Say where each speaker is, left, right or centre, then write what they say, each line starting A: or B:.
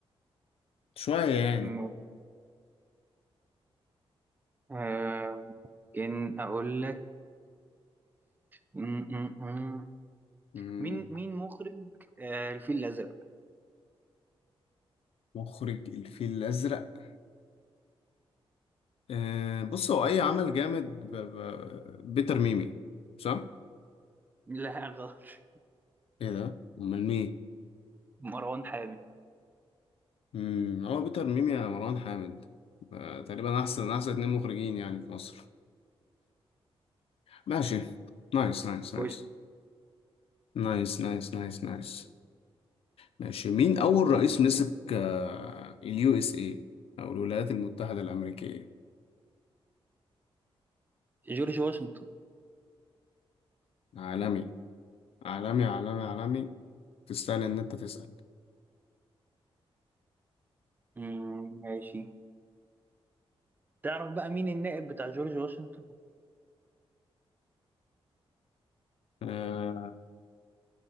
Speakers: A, on the left; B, on the right.
A: شويه يعني
B: م- آه إن أقول لك م- م- م.
A: مم،
B: مين مين مخرج آه الفيل الأزرق
A: مخرج الفيل الازرق إيه، بص هو اي عمل جامد ب... ب... بيتر ميمي صح
B: لا غلط <laughs>
A: ايه ده امال مين
B: مروان حامد
A: مم، هو بيتر ميمي يا مروان حامد آه، تقريبا احسن احسن اتنين مخرجين يعني في مصر ماشي نايس نايس نايس
B: خش
A: نايس نايس نايس نايس ماشي مين أول رئيس مسك آه، اليو اس اي أو الولايات المتحدة الأمريكية
B: جورج واشنطن
A: عالمي عالمي عالمي عالمي تستاهل إن أنت تسأل
B: م، ماشي تعرف بقى مين النائب بتاع جورج واشنطن
A: آه،